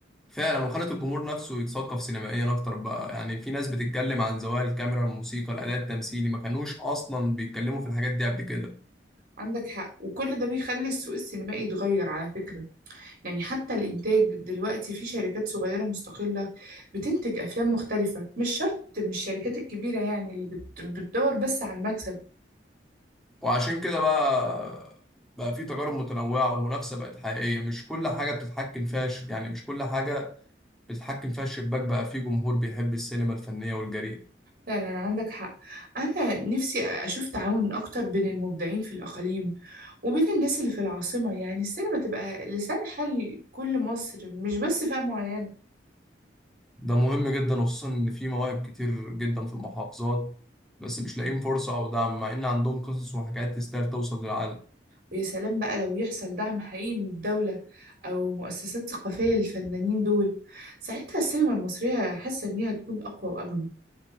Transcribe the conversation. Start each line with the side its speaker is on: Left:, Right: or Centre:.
Centre: فعلا وخلت الجمهور نفسه يتثقف سينمائيا اكتر بقى يعني في ناس بتتكلم عن زوايا الكاميرا الموسيقى الاداء التمثيلي ما كانوش اصلا بيتكلموا في الحاجات دي قبل كده
Right: عندك حق وكل ده بيخلي السوق السينمائي يتغير على فكرة يعني حتى الإنتاج دلوقتي في شركات صغيرة مستقلة بتنتج أفلام مختلفة مش شرط مش الشركات الكبيرة يعني اللي بت- بتدور بس على المكسب
Centre: وعشان كده بقى بقى في تجارب متنوعه والمنافسه بقت حقيقيه مش كل حاجه بتتحكم فيها ش- يعني مش كل حاجه بتتحكم فيها الشباك بقى في جمهور بيحب السينما الفنيه والجريئه
Right: فعلا عندك حق أنا نفسي أشوف تعاون أكتر بين المبدعين في الأقاليم وبين الناس اللي في العاصمة يعني السينما تبقى لسان حال كل مصر مش بس فئة معينة
Centre: ده مهم جدا وخصوصا ان في مواهب كتير جدا في المحافظات بس مش لاقيين فرصة او دعم مع ان عندهم قصص وحكايات تستاهل توصل للعالم
Right: ويا سلام بقى لو يحصل دعم حقيقي من الدولة أو مؤسسات ثقافية للفنانين دول ساعتها السينما المصرية حاسة إنها تكون أقوى وأغنى